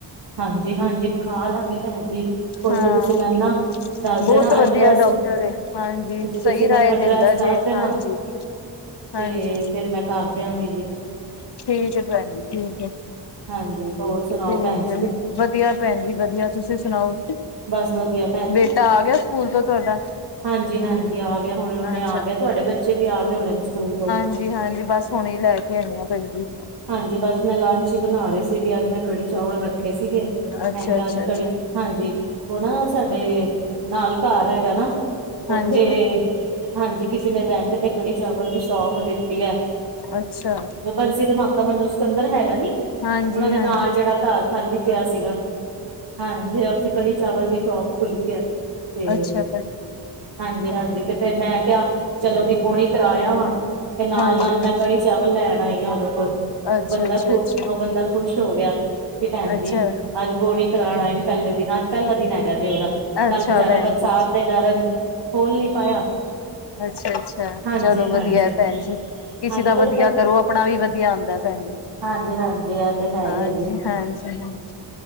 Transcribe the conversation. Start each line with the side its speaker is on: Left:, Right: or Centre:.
Right: ਹਾਂਜੀ -ਹਾਂਜੀ ਵਿਖਾ ਲਵਾਂਗੇ ਭੈਣ ਜੀ। ਕੋਈ
Left: ਹਾਂ,
Right: ਨੀ ਤੁਸੀਂ ਮੈਨੂੰ ਨਾ ਦੱਸ
Left: ਬਹੁਤ
Right: ਦੇਣਾ
Left: ਵਧੀਆ
Right: ਐਡਰੈਸ
Left: ਡਾਕਟਰ ਹਾਂਜੀ ਸਹੀ
Right: ਤੁਸੀਂ ਮੈਨੂੰ
Left: ਰਾਏ
Right: ਐਡਰੈਸ
Left: ਦਿੰਦਾ
Right: ਦੱਸ
Left: ਜੇ।
Right: ਦੇਣਾ
Left: ਹਾਂਜੀ। ਹਾਂਜੀ
Right: ਤੇ ਫੇਿਰ ਮੈਂ ਕਰ ਦਿਆਂਗੀ ਜੀ।
Left: ਠੀਕ ਭੈਣ ਜੀ ਠੀਕ।
Right: ਹਾਂਜੀ ਹੋਰ ਸੁਣਾਓ
Left: ਠੀਕ
Right: ਭੈਣ ਜੀ
Left: ਹੈ
Right: ਤੁਸੀਂ
Left: ਵਧੀਆ ਭੈਣ ਜੀ ਵਧੀਆ ਤੁਸੀਂ ਸੁਣਾਓ
Right: ਬਸ ਵਧੀਆ
Left: ਬੇਟਾ ਆ ਗਿਆ ਸਕੂਲ ਤੋਂ ਤੁਹਾਡਾ?
Right: ਹਾਂਜੀ ਹਾਂਜੀ ਆ ਗਿਆ ਹੁਣੇ ਹੁਣੇ
Left: ਅੱਛਾ
Right: ਆ ਗਿਆ ਤੁਹਾਡੇ ਬੱਚੇ ਵੀ ਆ ਗਏ ਹੋਣੇ ਸਕੂਲ ਤੋਂ।
Left: ਹਾਂਜੀ ਹਾਂਜੀ ਬਸ ਹੁਣੇ ਲੈ ਗ। ਣ ਭੈਜੀ।
Right: ਹਾਂਜੀ ਬਸ ਮੈਂ ਲੰਚ ਹੀ ਬਣਾ ਰਹੀ ਸੀਗੀ ਅੱਜ ਮੈਂ ਕੜੀ ਚਾਵਲ ਰੱਖੇ ਸੀਗੇ
Left: ਅੱਛਾ
Right: ਮੈਂ ਕਿਹਾ
Left: ਅੱਛਾ
Right: ਅੱਜ ਕੜੀ
Left: ਅੱਛਾ
Right: ਹਾਂਜੀ ਉਹ ਨਾ ਸਾਡੇ ਨਾਲ ਘਰ ਹੈਗਾ ਨਾ ਉੱਥੇ
Left: ਹਾਂਜੀ
Right: ਹਾਂਜੀ ਕਿਸੇ ਨੇ ਰੈਂਟ ਤੇ ਕੜੀ ਚਾਵਲ ਦੀ ਸ਼ੋਪ ਲਿੱਤੀ ਹੈ।
Left: ਅੱਛਾ।
Right: ਬ ਮ। <unintelligible> ਤਾਂ ਮੈਨੂੰ ਸਕਿਕੰਦਰ ਹੈਗਾ ਨੀ,
Left: ਹਾਂਜੀ
Right: ਉਹਨਾਂ ਦੇ
Left: ਹਾਂਜੀ
Right: ਨਾਲ ਜਿਹੜਾ ਘਰ ਖਾਲੀ ਪਿਆ ਸੀਗਾ। ਹਾਂਜੀ ਉੱਥੇ ਕੜੀ ਚਾਵਲ ਦੀ ਸ਼ੋਪ ਖੁੱਲ ਗਈ ਹੈ ਤੇ
Left: ਅੱਛਾ
Right: ਹਾਂਜੀ, ਹਾਂਜੀ ਤੇ ਫੇਰ ਮੈਂ ਕਿਹਾ ਚਲੋ ਉਦੀ ਬੋਣੀ ਕਰਵਾਇਆ ਵਾ ਤੇ
Left: ਹਾਂਜੀ
Right: ਨਾਲ, ਨਾਲ ਮੈਂ
Left: ਹਾਂਜੀ
Right: ਕੜੀ ਚਾਵਲ ਲੈਣ ਆਈ ਆ ਉਹਦੇ ਕੋਲ
Left: ਅੱਛਾ
Right: ਬੰਦਾ
Left: ਅੱਛਾ
Right: ਖ ਉਹ
Left: ਅੱਛਾ
Right: ਬੰਦਾ ਖੁਸ਼ ਹੋ ਗਿਆ ਕਿ ਭੈਣ
Left: ਅੱਛਾ
Right: ਜੀ ਅੱਜ ਬੋਣੀ ਕਰਾਉਣ ਆਏ ਪਹਿਲੇ ਦਿਨਾਂ ਅੱਜ ਪਹਿਲਾ ਦਿਨ ਹੈਗਾ ਜੇ ਉਹਦਾ
Left: ਅੱਛਾ
Right: ਕੱਲ ਵਿਚਾਰਾ
Left: ਭੈਣ
Right: ਬਰਸਾਤ
Left: ਜੀ
Right: ਦੇ ਕਾਰਨ ਖੋਲ ਨੀ ਪਾਇਆ
Left: ਅੱਛਾ, ਅੱਛਾ
Right: ਹਾਂਜੀ-ਹਾਂਜੀ
Left: ਚਲੋ ਵਧੀਆ
Right: ਹਾਂਜੀ
Left: ਭੈਣ ਜੀ। ਕਿਸੇ
Right: ਹਾਂਜੀ
Left: ਦਾ
Right: ਬੜੀ
Left: ਵਧੀਆ ਕਰੋ ਆਪਣਾ ਵੀ ਵਧੀਆ ਹੁੰਂਦਾ ਭੈਣ।
Right: ਹਾਂਜੀ, ਹਾਂਜੀ। ਇਹ ਤੇ ਹੈ
Left: ਹਾਂਜੀ
Right: ਹੀ ਹੈ ਜੀ
Left: ਹਾਂਜੀ ਹਾਂਜੀ